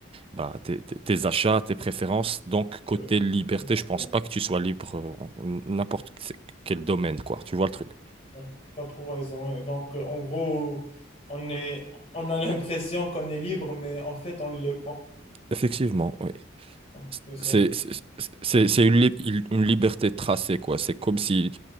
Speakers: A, on the right; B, on the left.
A: ben, tes, tes- tes achats, tes préférences. Donc, côté
B: oui,
A: liberté,
B: exactement.
A: je pense pas que tu sois libre euh, en n'importe quel domaine, quoi. Tu vois le truc.
B: Oui, t'as trop raison. ouais. Donc, euh, en gros, on est, on a l'impression qu'on est libre, mais en fait, on ne l'est pas.
A: Effectivement, oui.
B: Ouais, C'est ça.
A: C'est c'est- c'est- c'est une, lib- une liberté tracée, quoi. C'est comme si